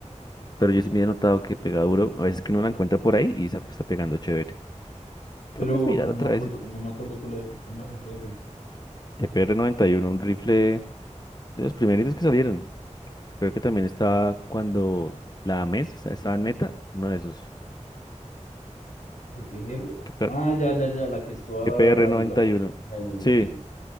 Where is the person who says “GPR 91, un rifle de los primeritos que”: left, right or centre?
Left